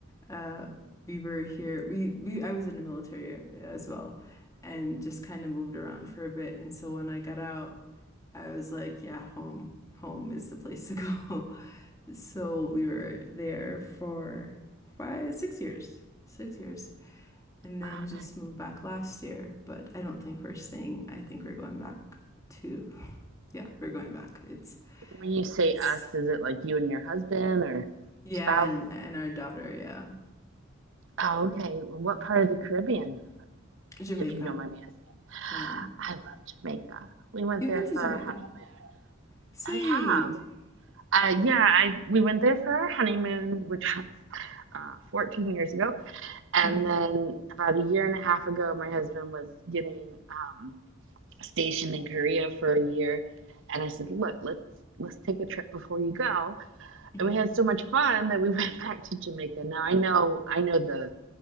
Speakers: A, on the left; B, on the right.
A: uh we were here we we I was in the military uh, as well and just kind of moved around for a bit and so when I got out I was like yeah home home is the place to go <laughs> so we were there for five six years six years and then
B: Oh,
A: just
B: nice.
A: moved back last year but I don't think we're staying I think we're going back to <laughs> yeah we're going back it's
B: When you say
A: it's
B: us, is it like you and your husband or
A: yeah
B: spouse?
A: and my and our daughter yeah
B: Oh, okay. What part of the Caribbean,
A: Jamaica
B: if you don't mind me asking?
A: yeah
B: I love Jamaica. We went
A: you've
B: there
A: been to
B: for
A: Jamaica
B: our honeymoon.
A: Sweet.
B: I have. Uh, yeah, I we went there for our honeymoon, which was uh, 14 years ago, and
A: Mm-hmm.
B: then about a year and a half ago, my husband was getting um, stationed in Korea for a year, and I said, "Look, let's let's take a trip before you go."
A: Mm-hmm.
B: And we had so much fun that we <laughs> went back to Jamaica. Now I know I know the